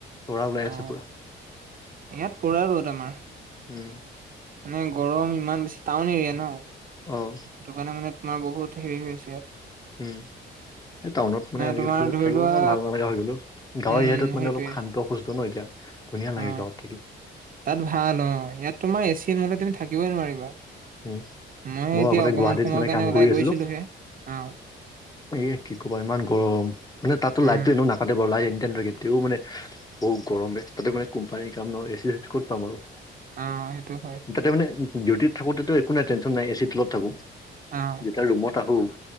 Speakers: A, on the left; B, on the right.
A: তৰা ওলাই
B: অ
A: আছে পুৰা।
B: ইয়াত পোৰা ৰ'দ আমাৰ।
A: উম,
B: মানে গৰম, ইমান বেছি টাউন এৰিয়া ন?
A: অঁ।
B: সেইটো কাৰণে মানে তোমাৰ বহুত হেৰি হৈ আছে ইয়াত।
A: উম, এই টাউনত মানে আজিকালি
B: তোমাৰ
A: কিবা
B: ধৰি
A: থাকিব
B: লোৱা
A: না ভাল নলগা হৈ গ'ল অঁ। গাঁৱৰ
B: উম
A: এৰিয়াটোত
B: সেইটোৱে
A: মানে অলপ শান্ত - সুস্থ ন' এতিয়া, ধুনীয়া লাগে
B: অ
A: গাঁৱত থাকি।
B: তাত ভাল অ, ইয়াত তোমাৰ এচি নহ'লে তুমি থাকিবই নোৱাৰিবা।
A: উম,
B: মই
A: ময়ো
B: এতিয়া
A: আগতে
B: অকমান
A: গুৱাহাটীত
B: সময়ৰ
A: মানে
B: কাৰণে
A: কাম
B: ওলাই
A: কৰি আছিলোঁ।
B: গৈছিলোহে, অহ'।
A: এ কি ক'বা ইমান গৰম, মানে তাতো
B: উম
A: লাইতটো এনেও নাকাতে বাৰু, লাইট এনি টাইম থাকে, তেতিয়াও মানে বহুত গৰমে তাতে মানে কোম্পানীৰ কাম নহয় এচি চেচি ক'ত পাম আৰু।
B: অঁ' সেইটো হয়।
A: তাতে মানে ডিউটিত থাকোতেটো একো টেনশ্যন নাই এ চি তলত থাকো।
B: অ
A: যেতিয়া ৰুমত আহো-